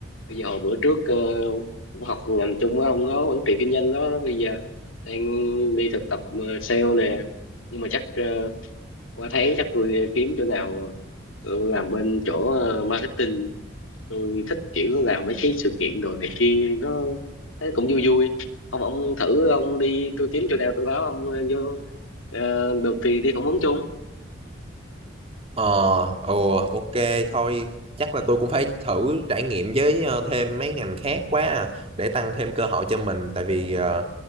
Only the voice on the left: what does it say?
bây giờ hồi bữa trước ờ, cũng học ngành chung với ông đó quản trị kinh doanh đó bây giờ đang đi thực tập ờ, sale nè nhưng mà chắc ờ, qua tháng chắc tôi ờ, kiếm chỗ nào tôi làm bên chỗ ờ, marketing tôi thích kiểu làm mấy cái sự kiện đồ này kia nó thấy cũng vui vui không ông thử ông đi tôi kiếm chỗ nào tôi báo ông ờ, vô Ờ, được thì đi phỏng vấn chung